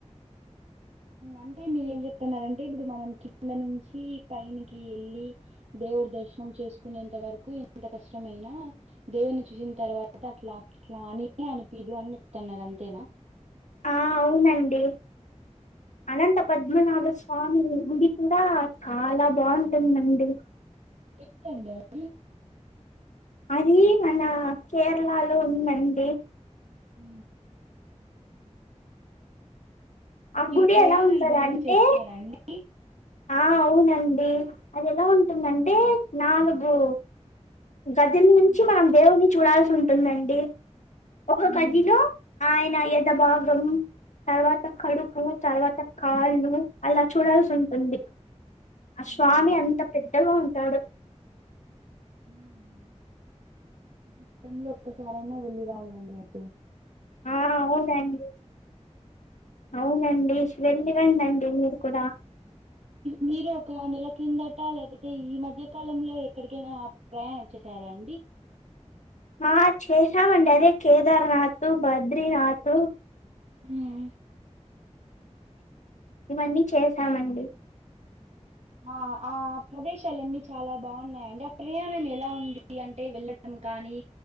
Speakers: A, on the right; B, on the left.
A: అంటే మీరు ఏం చెప్తన్నరంటే ఇప్పుడు మనం కింద నుంచి పైనికి వెళ్ళి దేవుడి దర్శనం చేసుకునేంత వరకు ఎంత కష్టమైనా దేవుడిని చూసిన తర్వాత అట్లా అట్లా అని అనిపిదు అని చెప్తన్నారు అంతేనా
B: ఆ అవునండి అనంత పద్మనాభ స్వామి గుడి కూడా చాలా బాగుంటుందండి
A: ఎక్కడ అండి అది
B: అది మన కేరళలో ఉందండి
A: హు
B: ఆ
A: మీరు
B: గుడి
A: ప్రయాణాలు
B: ఎలా ఉంటది
A: బాగా
B: అంటే
A: చేస్తారా అండి
B: ఆ అవునండి అది ఎలా ఉంటుందంటే నాలుగు గది నుంచి
A: ఉ
B: మనం దేవుని చూడాల్సి ఉంటుందండి ఒక
A: ఉ
B: గదిలో ఆయన ఎద భాగం తర్వాత కడుపు తర్వాత కాళ్ళు అలా చూడాల్సి ఉంటుంది ఆ
A: ఉ
B: స్వామి అంత పెద్ద పెద్దగా ఉంటాడు
A: హు గతంలో ఒక్కసారైనా వెల్లి రావాలండి ల్కూ
B: ఆ అవునండి అవునండి వెళ్ళి రండండి మీరు కూడా
A: మీరు ఒక నెల క్రిందట లేకపోతే ఈ మధ్యకాలంలో ఎక్కడికైనా ప్రయాణం వచ్చేసారా అండి
B: ఆ చేసామండి అదే కేదార్నాథ్ బద్రీనాథ్
A: హ్మ్
B: ఇవన్నీ చేసామండి
A: ఆ ఆ ప్రదేశాలన్ని చాలా బాగున్నాయిండి ఆ ప్రయాణం ఎలా ఉంది అంటే వెళ్ళడం కానీ